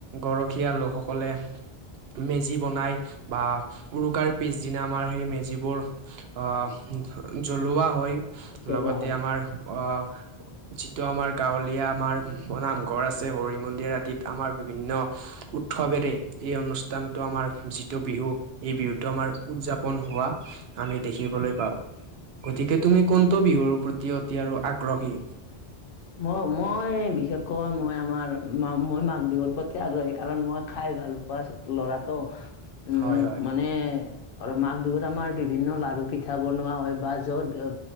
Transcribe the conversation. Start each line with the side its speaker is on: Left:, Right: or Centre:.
Right: গৰখীয়া লোকসকলে মেজি বনাই বা উৰুকাৰ পিছদিনা আমাৰ সেই মেজিবোৰ আহ জ্বলোৱা হয়,
Left: চলোৱা
Right: লগতে
Left: হয়
Right: আমাৰ আহ যিটো আমাৰ গাঁৱলীয়া আমাৰ নামঘৰ আছে হৰি মন্দিৰ আদিত আমাৰ বিভিন্ন উৎসৱেৰে এই অনুষ্ঠানটো আমাৰ যিটো বিহু এই বিহুটো আমাৰ উদযাপন হোৱা আমি দেখিবলৈ পাওঁ। গতিকে তুমি কোনটো বিহুৰ প্ৰতি অতি আৰু আগ্ৰহী?
Left: মই মই বিশেষকৈ মই আমাৰ মই মাঘ বিহুৰ প্ৰতি আগ্ৰহী, কাৰণ মই খাই ভাল প ল'ৰাটো উম
Right: হয় হয়
Left: মানে আৰু মাঘ বিহুত আমাৰ বিভিন্ন লাৰু পিঠা বনোৱা হয় বা য'ত